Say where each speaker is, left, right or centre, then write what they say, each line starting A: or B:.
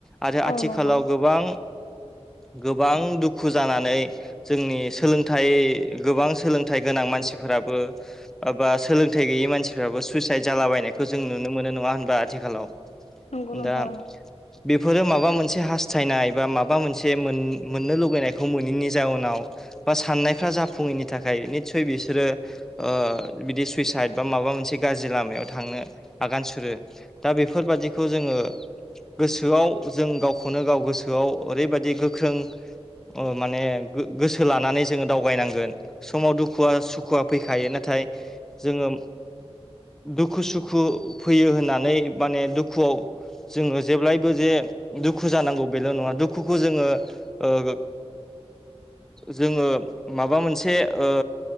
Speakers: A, in the centre; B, on the left.
A: आरो
B: औ
A: आथिखालाव
B: नंगौ
A: गोबां गोबां दुखु जानानै जोंनि सोलोंथाइ गोबां सोलोंथाइ गोनां मानसिफोराबो ओ बा सोलोंथाइ गैयि मानसिफ्राबो सुइसाइद जालाबायनायखौ जों नुनो मोन नङा होम आथिखालाव
B: नंगौ नोंथां
A: दा बेफोरो माबा मोनसे हास्थायनाय बा माबा मोनसे मोन-मोननो लुबैनायखौ मोनैनि जाउनाव बा साननायफ्रा जाफुङैनि थाखाय निस्सय बिसोरो ओ बिदि सुइसाइद बा माबा मोनसे गाज्रि लामायाव थांनो आगान सुरो। दा बेफोरबादिखौ जोङो गोसोआव जों गावखौनो गाव गोसोआव ओरैबादि गोख्रों अ माने गोसो लानानै जोङो दावगनांगोन। समाव दुखुआ सुु दुखुआ फैखायो नाथाय जोङो दुखु सुखु फैयो होननानै माने दुखुआव जोङो जेब्लायबो जे दुखु जानांगौ बेल' नङा। दुखुखौ जोङो ओ जोङो माबा मोनसे ओ